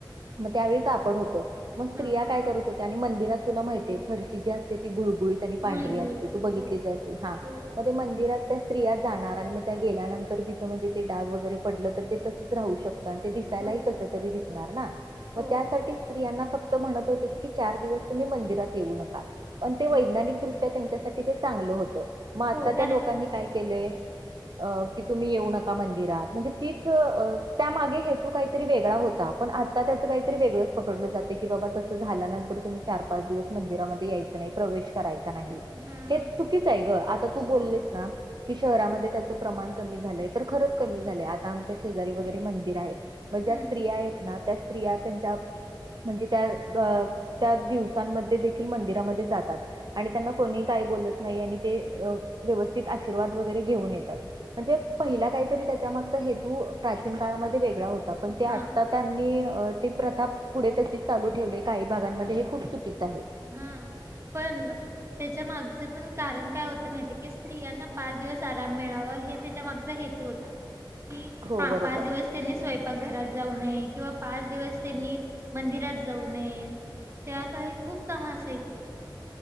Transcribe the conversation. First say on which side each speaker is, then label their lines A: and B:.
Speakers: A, on the right; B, on the right.
A: मग त्यावेळी कापड होतं. मग स्त्रिया
B: हा
A: काय करत होत्या आणि मंदिरात तुला माहिते फरशी जी असते ती गुळगुळीत आणि पांढरी
B: गुळी गिळीत
A: असते. त बघितली
B: हो
A: हा
B: हो हो
A: मग ते मंदिरात त्या स्त्रिया जाणार आणि मग त्या गेल्यानंतर तिथ ते डाग वगैरे पडलं तर ते तसच राहू शकत आणि ते दिसायलाही
B: हो
A: कस तरी दिसणार ना.
B: हो
A: मग त्यासाठी स्त्रियांना फक्त म्हणत होते की चार दिवस तुम्ही मंदिरात येऊ नका. पण ते
B: हम्म
A: वैज्ञानिक दृष्ट्या त्यांच्यासाठी ते चांगलं होतं. मग आत्ता
B: हो
A: त्या
B: कारण
A: लोकांनी काय केलंय अ की तुम्ही येऊ नका. मिरात म्हणजे तीच त्या मागे हेतू काहीतरी वेगळा होता पण आता त्याच काहीतरी वेगळं. पकडलं जाते की बाबा तस झाल्यानंतर तुम् चार पाच दिवस मंदिरामध्ये यायचं नाही प्रवेश करायचा नाही.
B: हा
A: हे चुकीच आहे ग, आता तू बोललीस
B: हो
A: ना. कि शहरामध्ये त्याचं प्रमाण कमी झालंय तर खरंच कमी झालंय आता आमच्या शेजारी वगैरे मंदिर आहेत. मग ज्या
B: हम्म
A: स्त्रिया आहेत ना त्या स्त्रिया त्यांच्या म्हणजे त्या त्या दिवसांमध्ये देखील मंदिरामध्ये जातात. आणि त्यांना कोणी काही बोलत नाही आणि ते व्यवस्थित आशीर्वाद वगैरे घेऊन येतात. म्हणजे पहिला काहीतरी त्याच्या मागचा हेतू प्राचीन काळामध्ये वेगळा होता पण ते
B: हा
A: आता त्यांनी ती प्रथा पुढे तशीच चालू ठेवली काही भागांमध्ये हे खूप चुकीच आहे.
B: हा पण त्याच्या मागचं पण कारण काय होतं माहिती का स्त्रियांना पाच दिवस आराम मिळावा हे त्याच्या मागचा हेतू होता की
A: हो
B: हा
A: बरोबर.
B: पाच दिवस. त्यांनी स्वयंपाक घरात जाऊ नये किंवा पाच दिवस त्यांनी मंदिरात जाऊ नये. त्या काळी खूप काम असायची.